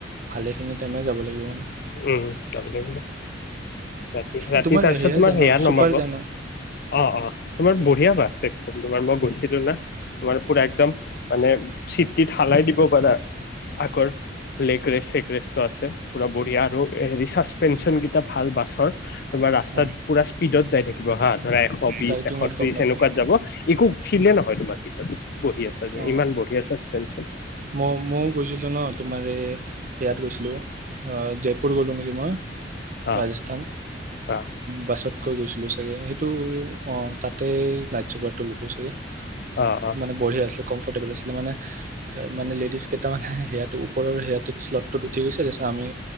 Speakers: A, on the right; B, on the left.
A: ভালেখিনি টাইমে যাব লাগিব মানে।
B: উম চলনে ক। ৰাতি ৰাতি
A: এই তোমাৰ
B: তাৰপিছত তোমাৰ
A: যায়
B: সেয়া
A: ন চুপাৰ
B: নমাব অ
A: যায় ন
B: অ তোমাৰ বঢ়িয়া বাছে তোমাৰ মই গ। তোমাৰ পুৰা একদম মানে চিটিত হালাই দিব পাৰা আগৰ লেগ ৰেষ্ট চেগ ৰেষ্টটো আছে পুৰা। বঢ়িয়া আৰু এ হেৰি চাচপেঞ্চন কেইটা ভাল বাছৰ। তোমাৰ ৰাস্তাত
A: অ
B: পুৰা স্পীডত যাই থাকে? গহাৰ। ধৰা এশ বিশ
A: জাৰ্কিঙত
B: এশ ত্ৰিশ
A: গম নাপাম
B: সেনেকুৱাত যাব একো ফিলে নহয় তোমাৰ ভিততে বহি আছো?
A: অ
B: ইমান বঢ়িয় চাচপেঞ্চন?
A: মই ময়ো গৈছিলোঁ ন তোমাৰ এই ইয়াত গৈছিলোঁ? অ জয়পুৰ গ'লো নি। কিব।
B: অ
A: ৰাজস্থান
B: অ
A: বাছত। কৈ গৈছিলো চাগে সেইটো অ তাতে নাইট ছুপাৰ তো ল'লো চাগে?
B: অ অ
A: মানে বঢ়িয়া আছিলে কমফৰ্টেবল আছিল মানে। মানে লেডিছ। কেইটামানে সেয়াটো ওপৰৰ সেয়াটোত শ্লটটোত উঠি গৈছোৰত আমি